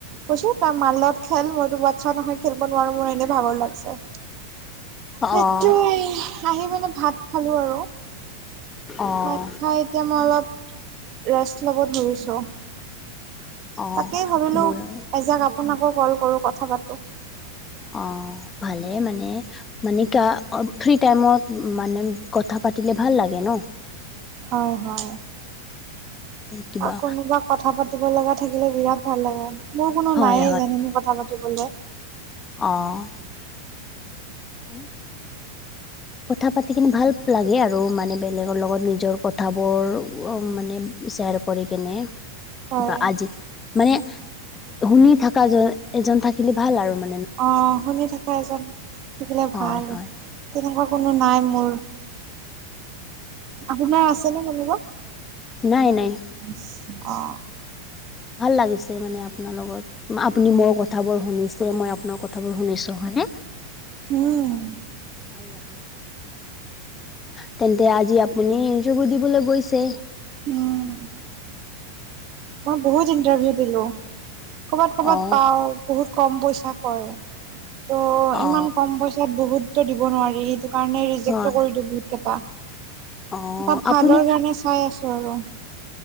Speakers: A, on the right (about 40°); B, on the left (about 20°).
A: কৈছোঁ তই মাৰ লগত খেল মইতো বাচ্ছা নহয় খেলব নোৱাৰো মোৰ এনেই ভাগৰ লাগছে সেইটোৱে
B: অঁ
A: আহি মানে ভাত খালো আৰু
B: অঁ
A: ভাত খাই এতিয়া মই অলপ ৰেষ্ট লব ধৰিছো।
B: অঁ
A: তাকেই ভাবিলো
B: ময়ো
A: এজাক আপোনাকো ক'ল কৰো কথা পাতো।
B: অ, ভালেই মানে মানে কা ফ্ৰী টাইমত মানে কথা পাতিলে ভাল লাগে ন'?
A: হয়- হয়।
B: কিবা
A: অ, কোনোবা কথা পাতিব লগা থাকিলে বিৰাট ভাল লাগে মোৰ কোনো
B: হয়
A: নায়ে জানেনে কথা পাত পাতিবলে।
B: অ', হয়নে? কথা পাতি কিনে ভাল লাগে আৰু মানে বেলেগৰ লগত নিজৰ কথাবোৰ মানে ছেয়েৰ কৰি কিনে।
A: হয়।
B: বা আজি মানে শুনি থাকা এজন থাকিলে ভাল আৰু মান
A: অ, শুনি থাকা এজন থাকিলে
B: হয়
A: ভাল
B: হয়
A: তেনেকুৱা কোনো নাই মোৰ। আপোনাৰ আছে নে কোনোবা?
B: নাই -নাই
A: <unintelligible> অ,
B: ভাল লাগিছে মানে আপোনাৰ লগত আপুনি মোৰ কথাবোৰ শুনিছে মই আপোনাৰ কথাবোৰ শুনিছো হয়নে?
A: হুম।
B: ভাল লাগে। তেন্তে আজি আপুনি <unintelligible> দিবলৈ গৈছে?
A: <unintelligible> মই বহুত ইন্টাৰভিউ দিলো ক'বাত- ক'বাত
B: অ
A: পাওঁ বহুত কম পইচা কয় ত'
B: অ
A: ইমান কম পইচাত বহুততো দিব নোৱাৰি কাৰণে ৰিজেক্ট
B: হয়
A: টো কৰি দে বহুত কেইটা
B: অ
A: এটা ভালৰ
B: আপুনি
A: কাৰণে চাই আছো আৰু।